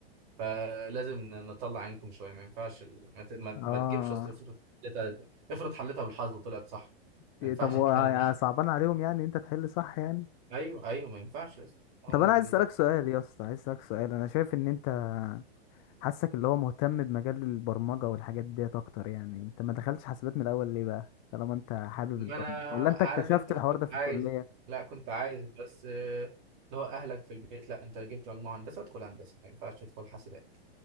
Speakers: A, on the right; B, on the left.
A: فلازم ن- نطلع عينكم شويه ما ينفعش ال- ما, ت... ما...
B: اه
A: ما تجيبش اصل افرض حلتها افرض حلتها بالحظ وطلعت صح ما
B: إيه
A: ينفعش
B: طب هو
A: الكلام
B: ع-
A: ده <laughs>
B: صعبان عليهم يعني إن انت تحل صح يعني
A: ايوه ايوه ما ينفعش يا اسطى هما
B: طب انا
A: بالنسبه
B: عايز اسالك سؤال يا اسطى عايز اسالك سؤال انا شايف ان انت حاسك اللي هو مهتم بمجال البرمجه والحاجات ديت اكتر يعني انت ما دخلتش حاسبات من الاول ليه بقى طالما انت حابب
A: ما
B: البرمجه
A: انا
B: ولا انت
A: عارف
B: اكتشفت
A: انت لا
B: الحوار
A: كنت
B: ده في
A: عايز
B: الكليه
A: لا كنت عايز بس آه، اللي هو اهلك في البيت لا انت جبت مجموعه هندسه ادخل هندسه ما ينفعش تدخل حاسبات